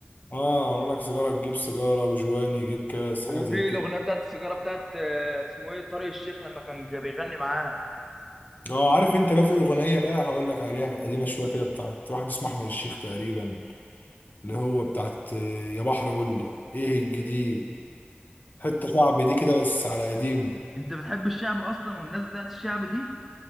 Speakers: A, on the left; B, in the centre.
A: آه قالوا لك سيجارة تجيب سيجارة وجواني يجيب كاس
B: وفي
A: حاجة زي كده
B: الاغنيه بتاعت السيجاره بتاعت آه، اسمه ايه طارق الشيخ لما كان جا- بيغني معاه
A: آه عارف أنت بقى في أغنية بقى هقول لك عليها كانت قديمة شوية كده بتاعت واحد اسمه أحمد الشيخ تقريبا اللي هو بتاعت آه، يا بحر قول لي إيه الجديد حتة شعبي دي كده بس على قديمه
B: انت بتحب الشعب اصلا والناس بتاعت الشعب دي